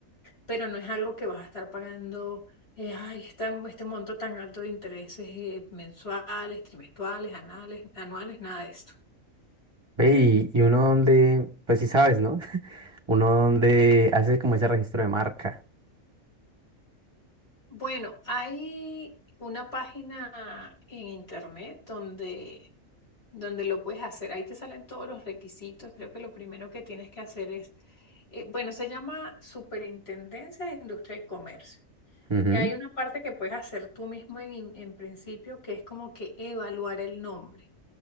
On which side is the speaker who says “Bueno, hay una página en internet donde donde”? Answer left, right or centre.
Left